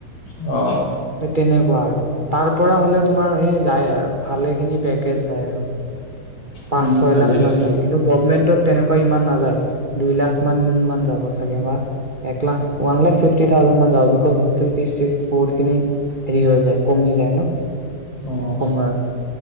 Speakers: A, on the left; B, on the right.
A: অ
B: তেনেকুৱা আৰু তাৰ পৰা হলে তোমাৰ সেই যায় আৰু। ভালে খিনি পেকেজ যায় আৰু। পাঁচ
A: উম,
B: ছয়
A: ভালেখিনি
B: লাখ মান যায় কিন্তু। কমেণ্ট ত তেনেকুৱা সিমান নাযায়। দুই লাখ মান মান যাব চাগে ন এক lakh one lakh fifty thousand মান যাব গোটেই বস্তু খিনি কিষ্ট চিষ্ট কৌৰ্ত। হেৰি হৈ যায় কমি যায় ন
A: অ',
B: সময়ত।